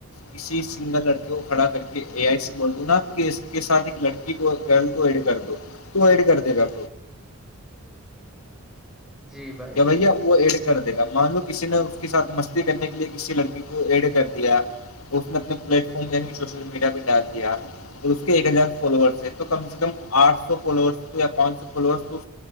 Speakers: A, on the left (about 75°); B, in the centre.
A: کسی سنگل لڑکے کو کھڑا کر کے اے آئی سے بول دوں نا کہ اس کے ساتھ ایک لڑکی گ کو ایڈ کر دو تو ایڈ کر دے گ
B: جی بھائی
A: کہ
B: بالکل
A: بھیا وہ کر دے گا مانو کسی نے اس کے ساتھ مستی کرنے کے لیے کسی لڑکی کو ایڈے کر دیا اس نے اپنے پلیٹ فارم یعنی سوشل میڈیا پہ ڈال دیا اور اس کے ایک ہزار فالوورس ہے تو کم سے کم آٹ سو فالوورس یا پانچ سو فالوورس تو